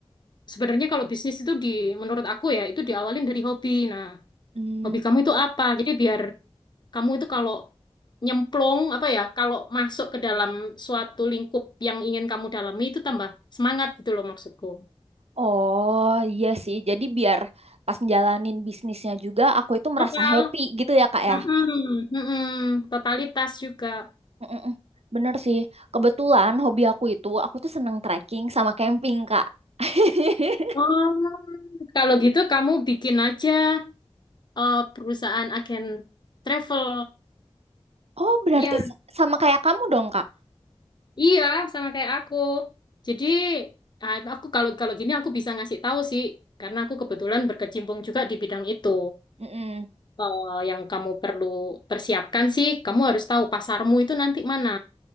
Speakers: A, on the left; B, on the right.
A: sebenarnya kalau bisnis itu di, menurut aku ya, itu diawalin dari hobi. Nah,
B: Hmm,
A: hobi kamu itu apa? Jadi biar kamu itu kalau nyemplung, apa ya, kalau masuk ke dalam suatu lingkup yang ingin kamu dalami itu tambah semangat gitu loh maksudku.
B: oh iya sih. Jadi biar pas jalanin bisnisnya juga aku itu
A: Total.
B: merasa happy gitu ya, Kak
A: Mm-mm.
B: ya.
A: Mm-mm. Totalitas juga.
B: Mm-mm. Bener sih. Kebetulan hobi aku itu aku tuh seneng trekking sama camping, Kak. <laughs>
A: Oh, kalau gitu kamu bikin aja eh, perusahaan agen travel.
B: Oh, berarti
A: Ya,
B: s- sama kayak kamu dong, Kak.
A: iya sama kayak aku. Jadi ah, aku kalau kalau gini aku bisa ngasih tahu sih karena aku kebetulan berkecimpung juga di bidang itu.
B: Mm-mm.
A: Eh, yang kamu perlu persiapkan sih, kamu harus tahu pasarmu itu nanti mana.